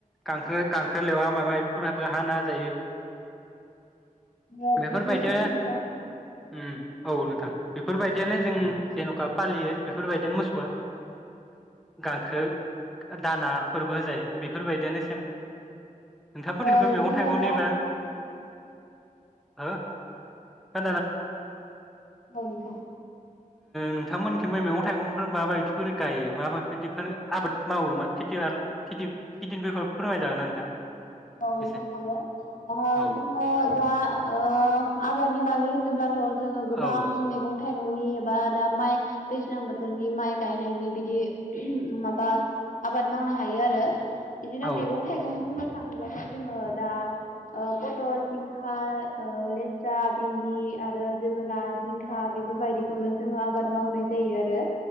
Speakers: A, in the centre; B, on the left.
A: गांखो गां खो लेवा माबा माबिफोराबो हाना होजायो।
B: ओ
A: बेफोरबायदिनो
B: बिदिनो जों दा
A: उम औ नोंथां। बेफोरबायदियानो जों जेनखा फालियो बेफोरबायदिनो मोसौ गांखो दाना फोरबो होजायो बेफोरबायदियानो सेम। नोंथांफोरनिखैबो
B: ओ
A: मैगं
B: जोङो
A: थाइगंनिबो
B: दा
A: <unintelligible> <unintelligible> ओ
B: औ नोंथां
A: नोंथांमोनखैबो मैगं थाइगंफोर माबा बिदिफोर गायो मा मा बायदिफोर आबाद मावो मा खेथि खेथि खिथिनिफोरखौ फोरोंमाय जागोन ना नोंथां
B: औ नोंथां
A: एसे
B: हागोन ओ
A: औ
B: जोंङो दा ओ आबादनि बागै होनोब्ला थ जोंङो
A: औ
B: गोबां मैगं माइगंनि एबा दा माइ दैज्लां बोथोरनि माइ गायनायनि बिदि माबा आबाद मावनो हायो आरो बिदिनो
A: औ
B: मैगं थाइगं बुंनो थाङोबथाय जोंङो दा पथल जिंखा ओ लेस्रा भिन्दि आरो जोगोनार जिंखा बेफोरबायदि खौनो जोंङो आबाद मावनाय जायो आरो